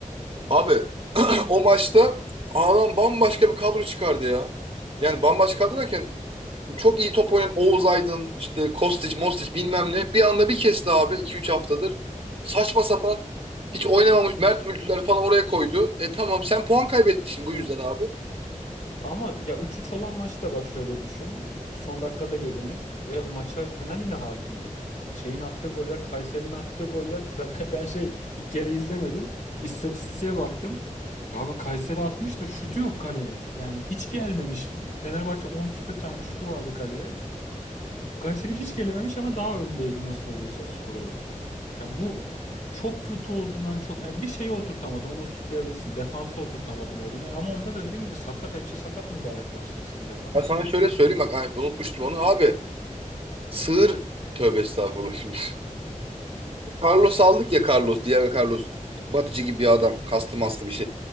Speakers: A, on the right; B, on the left.
A: Abi <clears throat> o maçta adam bambaşka bir kadro çıkardı ya. Yani bambaşka kadro derken çok iyi top oynayan Oğuz Aydın, işte Kostić, Mostić bilmem ne. Bir anda bir kesti abi iki üç haftadır. Saçma sapan hiç oynamamış Mert Mülküler falan oraya koydu. E tamam sen puan kaybettin şimdi bu yüzden abi.
B: Ama ya üç üç olan maçı da bak şöyle düşün. Son dakikada yediniz ve maça Fener yine hakimdi. Şeyin attığı goller, Kayseri'nin attığı goller. Zaten <laughs> ben şey ilk yarı izlemedim. İstatistiğe baktım. Ya bak Kayseri atmış da şutu yok kaleye. Yani hiç gelmemiş. Fenerbahçe 10 küsür tane şutu vardı kaleye. Kayseri hiç gelememiş ama daha öndeydi nasıl oluyorsa skor olarak. Ya bu çok kötü olduğundan çok yani bir şeyi oturtamadı. Onu suçlayabilirsin. Defansı oturtamadım oraya. Ama onda da dediğim gibi sakat hepsi sakat mübarek maçlar sizin defansın.
A: Ben sana şöyle söyleyeyim bak ay, unutmuştum onu abi. Sığır tövbe estağfurullah şimdi. <laughs> Carlos aldık ya Carlos diğer Carlos batıcı gibi bir adam kaslı maslı bir şey.